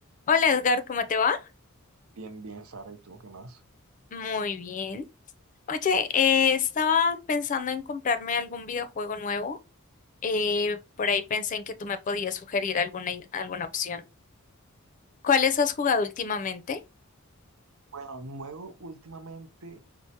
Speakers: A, on the left; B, on the right.
A: Hola Edgar, ¿cómo te va?
B: Bien, bien, Sara, ¿y tú qué más?
A: Muy bien. Oye, eh, estaba pensando en comprarme algún videojuego nuevo. Eh, por ahí pensé en que tú me podías sugerir alguna, i- alguna opción. ¿Cuáles has jugado últimamente?
B: Bueno, nuevo últimamente